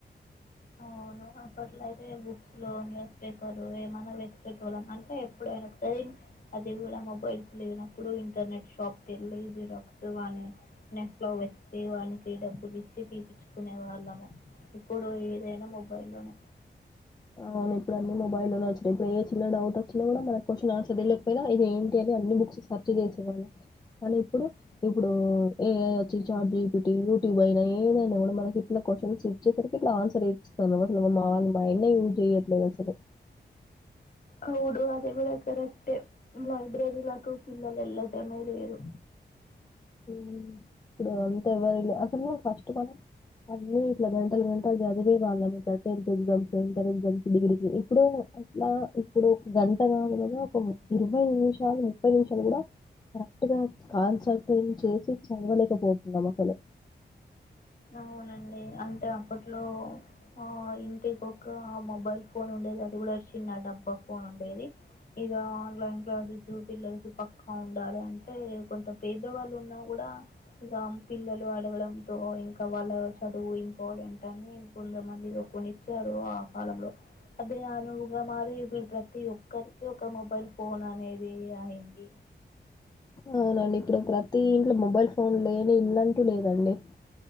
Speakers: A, on the left (about 50°); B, on the left (about 20°).
A: ఆ అవును అప్పట్లో అయితే బుక్స్ లో న్యూస్ పేపర్లో ఏమన్నా వెతికేటోళ్ళం అంటే ఎప్పుడైనా ఒకసారి అది కూడా మొబైల్స్ లేనప్పుడు ఇంటర్నెట్ షాప్కి వెళ్ళి జీరాక్స్ వాని నెట్ లో వెతికి వానికి డబ్బులు ఇచ్చి తీపిచ్చుకునే వాళ్ళము ఇప్పుడు ఏదైనా మొబైల్లోనే
B: అవును ఇప్పుడు అన్ని మొబైల్ల్లో వచ్చినయి ఇప్పుడు ఏ చిన్న డౌట్ వచ్చినా కూడా మన క్వశ్చన్ మాత్రమే తెలియకపోయినా ఇదేంటి అనీ సెర్చ్ చేసేవాళ్ళం ఇప్పుడు ఇప్పుడు ఏ ఐ వచ్చి చాట్ జిపిటి, యూట్యూబ్ అయినా ఏదైనా కూడా మనకి ఇట్లా క్వశ్చన్స్ ఇచ్చేసరికి ఇట్లా ఆన్సర్ ఇస్తాంది <unintelligible> చేయట్లేదసలు
A: అవును అది కూడా కరక్టే లైబ్రరీలకు పిల్లలు ఎల్లడం లేదు
B: ఇప్పుడు అంతా ఎవ్వర అసలు ఫస్ట్ఫ్ల్ అన్ని ఇట్లా గంటలు గంటలు చదివే వాళ్ళం ఇట్లా టెన్త్ ఎగ్జామ్స్ ఇంటర్ ఎగ్జామ్స్ డిగ్రీకి ఇప్పుడు అట్లా ఇప్పుడు ఒక గంట కాదు కద ఒక ఇరవై నిమిషాలు ముప్పై నిమిషాలు కూడా కరెక్ట్గా కాన్సట్ ట్రేట్ చేసి చదవలేకపోతునం అసలే
A: అవునండి అంటే అప్పట్లో ఆ ఇంటికి ఒక మొబైల్ ఫోన్ ఉండేది అది కూడా చిన్న డబ్బా ఫోన్ ఉండేది ఇగ ఆన్లైన్ క్లాసస్ పిల్లలకి పక్కా ఉండాలి అంటే కొంత పేదవాళ్ళు ఉన్నా కూడా ఇక పిల్లలు అడగడంతో ఇంకా కా వాళ్ళ చదువు ఇంపార్టెంట్ అని కొంతమంది కొనిచ్చారు ఆ కాలంలో అదే అనువుగా మరి ఇపుడు ప్రతి ఒక్కరికి ఒక మొబైల్ ఫోన్ అనేది అయింది
B: అవునండి ఇప్పుడు ప్రతి ఇంట్లో మొబైల్ ఫోన్ లేని ఇల్లంటూ లేదండి